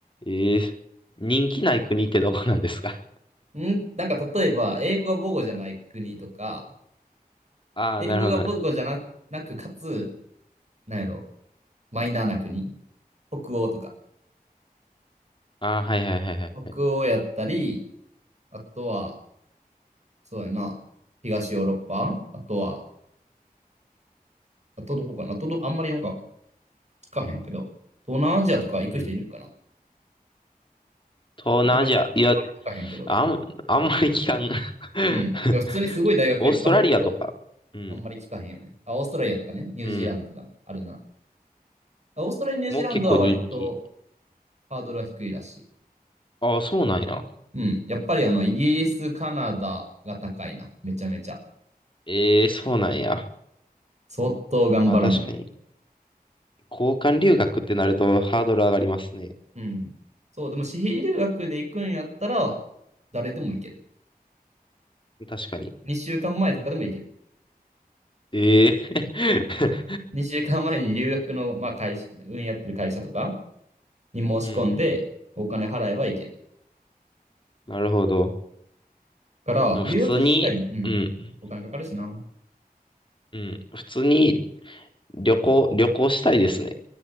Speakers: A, on the left; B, on the right.
A: ええ人気ない国ってどこなんですか
B: んなんか例えば、英語が母語じゃない国とか、
A: <laughs> ああ、
B: 英語が母語じゃな、
A: なるほどね。
B: なく、かつ、なんやろ、マイナーな国。北欧とか。
A: ああ、はいはいはいはいはい。
B: 北欧やったり、あとは、そうやな、東ヨーロッパあとは、あとどこかなあとど、あんまりなんか聞かへんけど、東南アジアとか行く人いるんかな
A: うん。東南アジア、
B: あんまり、あんまり聞かへんけど。
A: いや、あん、あんまり聞かん。<laughs>
B: うん。いや普通にすごい大学がいっぱいあるけど、
A: オーストラリアとか。うん。
B: あんまり聞かへんよね。あ、オーストラリアとかね、ニュージーランドとかあるな。
A: うん。
B: あオーストラリア、ニュージーランドは割と
A: もう結構人気。
B: ハードルは低いらしい。
A: ああ、そうなんや。
B: うん。やっぱりあの、イギリス、カナダが高いな。めちゃめちゃ。
A: ええそうなんや。
B: 相当頑張らなあかん。
A: まあ確かに。交換留学ってなるとハードル上がりますね。
B: うん。そう、でも私費留学で行くんやったら、誰でも行ける。
A: 確かに。
B: 2週間前とかでも行ける。
A: ええ
B: 2週間前に留学の、まあ、会社、運やってる会社とかに申し込んで、
A: <laughs> うん。
B: お金払えば行ける。
A: なるほど。
B: から、
A: でも普通に、
B: 留学自体の、うん、
A: うん。
B: お金かかるしな。
A: うん。普通に旅行、旅行したいですね。